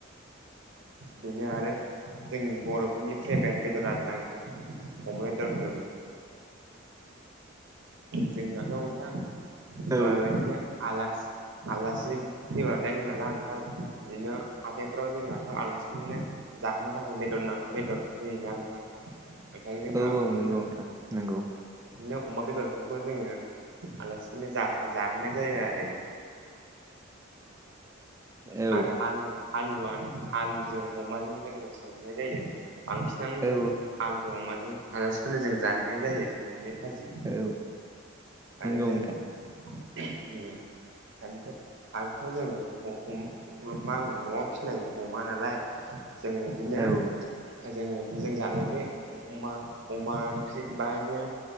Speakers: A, on the right; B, on the right.
A: बेनो आरो जोंनि बर'फोरनि फ्रेबेट बेदर आरोना नोंथां अमा बेदर होनोब्ला। जोंनाथ' नोंथां ओ
B: औ
A: इदिनो आलासि आलासि फैबाथाय जोंना ना नोंथां दिनो हाथायफ्राव जोंनाथ' आलासिनो जाहोनो थाखाय बेदर नां बेदर होयोना नोंथां? बेखायनो जोंना
B: औ औ
A: इदिनो
B: नंगौ नोंथां नंगौ
A: दिनो अमा बेदरफोरखौ जोङो आलासिफोरनो जा-जाहोनाय जायो आरो।
B: औ
A: आरो आलु आलुआनो आलुजों अमाजों जोङो संनाय जायो। बांसिनानो
B: औ
A: जों आलुजों अमाजों आलासिफोरनो जों जाहोनाय जायो। एवनानै भाजि
B: औ
A: आरो
B: नंगौ
A: जों
B: नोंथां
A: <unintelligible> आरोथ' जों अ अम ओ मा होनो न'आव फिनाय अमा नालाय जों इदिनो
B: औ
A: जोङो जों जानाय बे अमा अमा ओंख्रि बा इदिनो